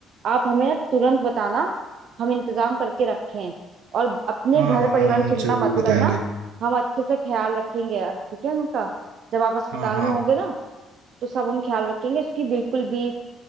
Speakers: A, on the right (about 65°); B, on the right (about 85°).
A: आप हमें ना तुरंत बताना हम इंतजाम करके रखें और अपने
B: हाँ
A: घर
B: हाँ
A: परिवार
B: हाँ, हम
A: की चिंता
B: जरूर
A: मत
B: बताएंगे
A: करना हम अच्छे से ख्याल रखेंगे यार, ठीक है उनका जब आप अस्पताल
B: हाँ हाँ
A: में होंगे ना तो सब हम ख्याल रखेंगे इसकी बिल्कुल भी